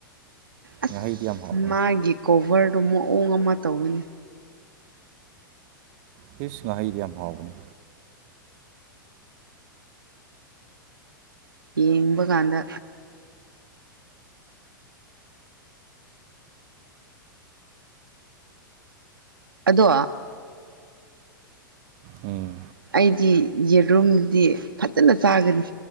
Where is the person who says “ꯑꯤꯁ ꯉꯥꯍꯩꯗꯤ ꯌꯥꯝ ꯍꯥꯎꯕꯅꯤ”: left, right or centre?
Right